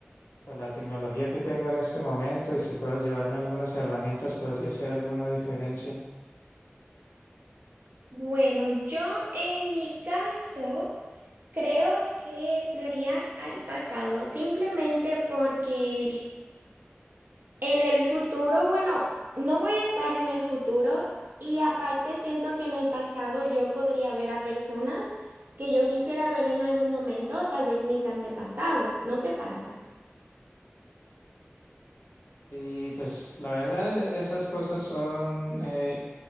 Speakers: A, on the left; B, on the right.
A: Con la tecnología que tengo en este momento y si puedo llevarme algunas herramientas, podría hacer alguna diferencia.
B: Bueno, yo en mi caso creo que lo haría al pasado, simplemente porque en el futuro, bueno, no voy a estar en el futuro y aparte siento que en el pasado yo podría ver a personas que yo quisiera ver en algún momento, tal vez mis antepasados, ¿no te pasa?
A: Y pues la verdad, esas cosas son eh,